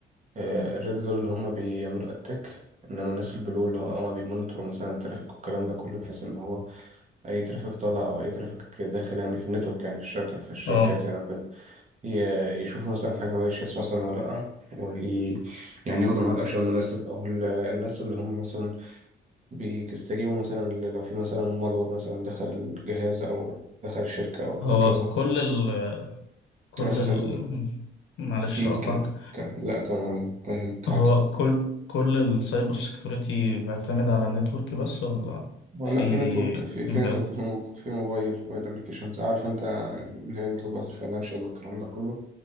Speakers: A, on the right (about 35°); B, on the left (about 75°).
A: آه، الريد دول اللي هم بيعملوا اتاك انما الناس البلو اللي هم بيمونيتوروا مثلا الترافيك والكلام ده كله بحيث ان هو اي ترافيك طالع او اي ترافيك داخل يعني في النتورك يعني في الشبكه في الشبكات
B: اه
A: يعني وكده ي- يشوفوا مثلا حاجه مالهاش مثلا ولا لا وي يعني ياخدوا معاها الاكشن المناسب او ال- الناس اللي هم مثلا بيستجيبوا مثلا ل- لو في مثلا مالور مثلا دخل الجهاز او دخل الشركه او
B: هو
A: هكذا
B: كل ال كل
A: الناس مثلا
B: ال معلش
A: ممكن
B: اقطعك
A: ك- لا كمان فاهمك
B: هو
A: عادي
B: كل كل السايبر سيكيورتي بيعتمد على النتورك بس ولا في
A: لا في نتورك في في
B: مجالات
A: نتورك في مو- في موبايل موبايل ابلكيشنز عارف انت اللي هي التطبيقات الفاينانشال والكلام ده كله